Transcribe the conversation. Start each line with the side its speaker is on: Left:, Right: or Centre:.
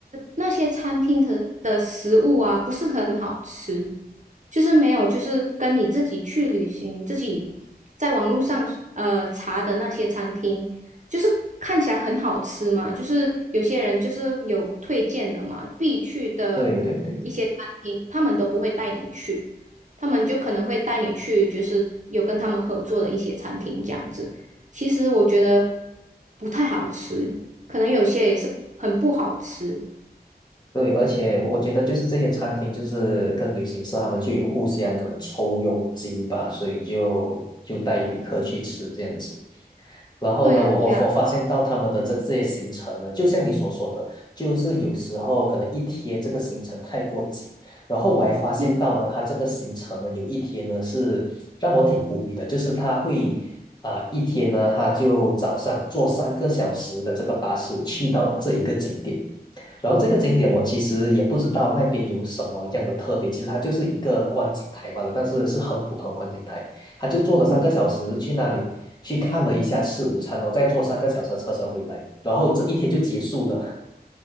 Right: 那些餐厅的的食物啊，不是很好吃，就是没有，就是跟你自己去旅行，自己在网络上呃查的那些餐厅，就是看起来很好吃嘛，就是有些人就是有推荐的嘛，必去的一些餐厅，
Left: 对对对。
Right: 他们都不会带你去，他们就可能会带你去，就是有跟他们合作的一些餐厅这样子。其实我觉得不太好吃，可能有些也是很不好吃。
Left: 对，而且我觉得就是这些餐厅，就是跟旅行社他们就有互相可能抽佣金吧，所以就就带旅客去吃这样子。然后呢，
Right: 对呀，
Left: 我我我发现到他们的这这些行程呢，
Right: 对呀，
Left: 就像你所说的，就是有时候可能一天这个行程太过紧，然后我还发现到呢，
Right: 嗯
Left: 他这个行程呢，有一天呢是让我挺无语的，就是他会啊、呃一天呢，他就早上坐三个小时的这个巴士去到这一个景点。然后这个景点我其实也不知道那边有什么样的特别，其实它就是一个观景台罢了，但是是很普通的观景台。他就坐了三个小时去那里去看了一下，
Right: 嗯，
Left: 吃午餐哦，然后再坐三个小时的车程回来，然后这一天就结束了。